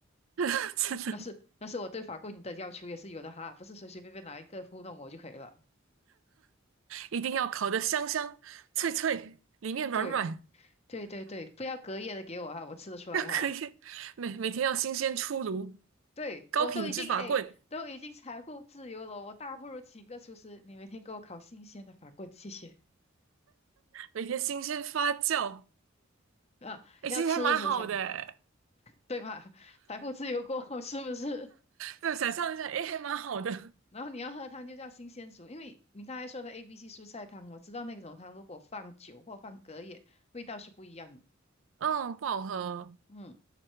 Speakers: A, on the right (about 75°); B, on the left (about 30°).
A: <laughs> 真的
B: 但是但是我对法棍的要求也是有的哈，不是随随便便拿一个糊弄我就可以了。
A: 一定要烤得香香脆脆，里面软软。
B: 对对对对，不要隔夜的给我哈，我吃得出来哈。
A: <laughs> 要可以每每天要新鲜出炉，
B: 对，
A: 高品质法棍，
B: 我都已经哎，都已经财富自由了，我大不如请个厨师，你每天给我烤新鲜的法棍，谢谢。
A: 每天新鲜发酵，
B: 啊，
A: 哎，
B: 要吃的时候才
A: 其实还蛮好的诶，
B: 对吧？<laughs> 财富自由过后是不是？
A: 对，想象一下，哎，还蛮好的，
B: <laughs> 然后你要喝汤就叫新鲜煮，因为你刚才说的 A、B、C 蔬菜汤，我知道那种汤如果放酒或放隔夜，味道是不一样的。
A: 嗯，不好喝，
B: 嗯，